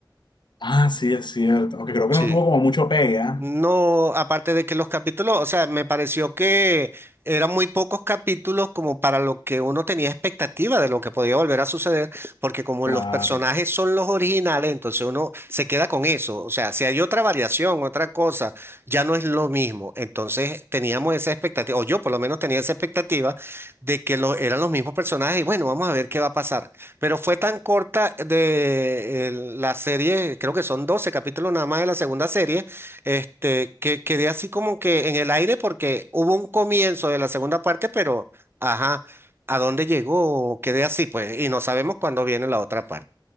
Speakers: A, on the left; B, on the right.
A: Ah, sí, es cierto. Aunque creo que
B: Sí.
A: no tuvo como mucho pega.
B: No, aparte de que los capítulos, o sea, me pareció que eran muy pocos capítulos como para lo que uno tenía expectativa de lo que podía volver a suceder, porque como
A: Claro.
B: los personajes son los originales, entonces uno se queda con eso. O sea, si hay otra variación, otra cosa, ya no es lo mismo. Entonces teníamos esa expectativa, o yo por lo menos tenía esa expectativa de que lo, eran los mismos personajes y bueno, vamos a ver qué va a pasar. Pero fue tan corta de eh, la serie, creo que son 12 capítulos nada más de la segunda serie este, que quedé así como que en el aire porque hubo un comienzo de la segunda parte, pero ajá, ¿a dónde llegó? Quedé así, pues, y no sabemos cuándo viene la otra parte.